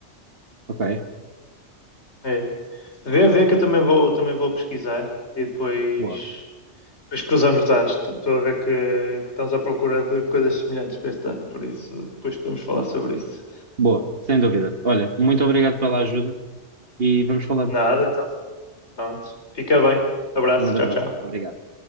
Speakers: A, on the right; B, on the left.
A: Ok,
B: É. Vê, vê que eu também vou, também vou pesquisar e depois,
A: boa,
B: depois cruzamos dados. Estou a ver que, que estamos à procura de coisas semelhantes para este ano, por isso depois podemos falar sobre isso.
A: boa, sem dúvida. Olha, muito obrigado pela ajuda e vamos falando.
B: Nada, então. Pronto. Fica bem. Abraço.
A: Um grande
B: Tchau,
A: abraço.
B: tchau.
A: Obrigado.